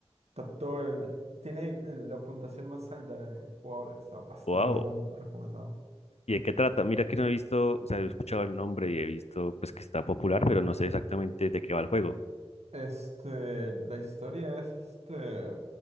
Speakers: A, on the right (about 80°); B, on the left (about 80°).
A: está todo el, tiene el- la puntuación más alta de jugadores, está bastante
B: ¡Wow!
A: bueno, me ha recomendado.
B: ¿Y de qué trata? Mira que no he visto, o sea, he escuchado el nombre y he visto pues que está popular, pero no sé exactamente de qué va el juego.
A: Este, la historia es este.